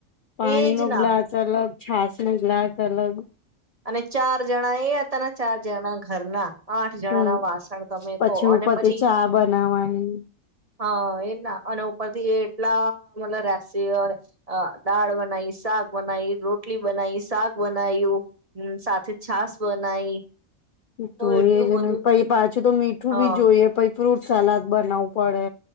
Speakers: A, on the left (about 75°); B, on the right (about 30°).
A: પાણી
B: એજ
A: નો
B: ના
A: લ્લાચ અલગ છાસ નું ગ્લાસ અલગ
B: અને ચાર જણા એ હતા ને ચાર જણા ઘરના આઠ જણા
A: હમ
B: ના વાસણ તમે
A: પછી
B: કો અને
A: ઉપરથી
B: પછી
A: ચા બનાવાની
B: હા એના અને ઉપર થી એટલા મતલ રહેસી દાળ બનાવી, શાક બનાવી, રોટલી બનાવી, શાક બનાયું હમ્મ, સાથે છાસ બનાઈ
A: તો
B: એટલું
A: એજ
B: બધું
A: ને પ પાછું તો મીઠું
B: હા
A: બી જોઈએ પ ફ્રૂટ સલાદ બનાવું પડે